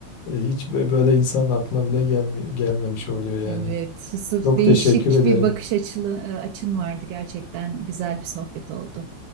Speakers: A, on the left; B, on the right.
A: e, hiç bö- böyle insan aklına bile gelmi- gelmemiş oluyor yani.
B: Evet, Yusuf
A: Çok
B: değişik
A: teşekkür ederim.
B: bir bakış açılı, e, açın vardı gerçekten. Güzel bir sohbet oldu.